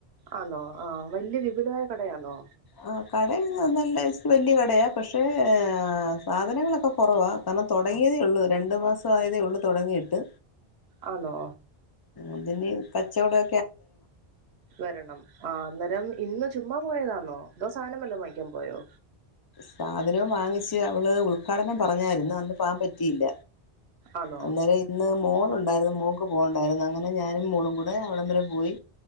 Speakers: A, on the right; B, on the left.
A: ആന്നോ ആ വല്യ വിപുലായ ക ടെയാന്നോ
B: ആ കട നല്ല വല്യ കടയാ. പക്ഷേ സാധനങ്ങളൊക്കെ കുറവാ, കാരണം തുടങ്ങിയതേള്ളൂ രണ്ടു മാസ- ആയതേള്ളൂ തുടങ്ങിട്ട്.
A: ആണോ.
B: അതിന് കച്ചവടൊ
A: വരണം ആ അന്നേരം ഇന്ന് ചുമ്മാ പോയതന്നോ. ദോ സാനം വല്ലോ മേടിക്കാൻ പോയോ
B: സാധനവും വാങ്ങിച്ച് അവള് ഉദ്ഘാടനം പറഞ്ഞായിരുന്ന അന്ന് പകാൻ പറ്റിയില്ല.
A: ആന്നോ
B: അന്നേരം ഇന്ന് മോളു അതായത് മോൾക്ക് പോകണ്ടായിരുന്നു. അങ്ങനെ മോളും ഞാനും കൂടി അവിടം വരെ പോയി.